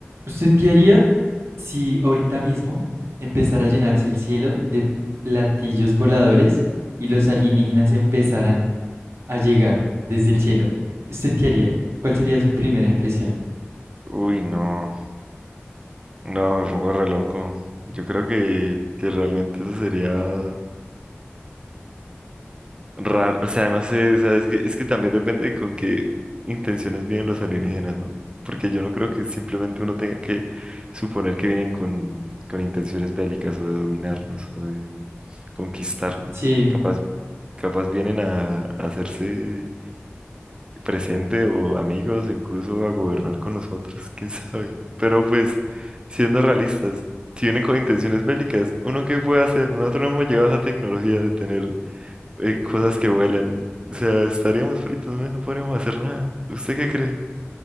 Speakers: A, on the right; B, on the right.
A: ¿Usted qué haría si ahorita mismo empezara a llenarse el cielo de platillos voladores y los alienígenas empezaran a llegar desde el cielo? ¿Usted qué haría? ¿Cuál sería su primera impresión?
B: Uy, no, no, me pongo re loco. Yo creo que, que realmente eso sería raro, o sea, no sé, o sea, es que, es que también depende con qué intenciones vienen los alienígenas, ¿no? Porque yo no creo que simplemente uno tenga que suponer que vienen con, con intenciones bélicas o de dominarnos o de conquistarnos.
A: Sí,
B: Capaz, capaz vienen a, a hacerse presente o amigos o incluso a gobernar con nosotros, quién sabe. Pero pues, siendo realistas, si vienen con intenciones bélicas, ¿uno qué puede hacer? Nosotros no hemos llegado a esa tecnología de tener eh, cosas que vuelan. O sea, estaríamos fritos, ¿no? No podríamos hacer nada. ¿Usted qué cree?